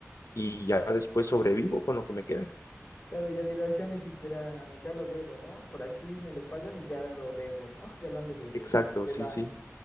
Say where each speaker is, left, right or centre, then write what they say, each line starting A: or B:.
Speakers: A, on the left (about 85°); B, on the left (about 25°).
A: y ya después sobrevivo con lo que me quede.
B: Claro, ya dirás, ya ni siquiera, ya lo debo, ¿no? Por aquí me lo pagan y ya lo debo, ¿no? <laughs> Ya lo ando de, de,
A: Exacto,
B: de
A: sí,
B: dar.
A: sí.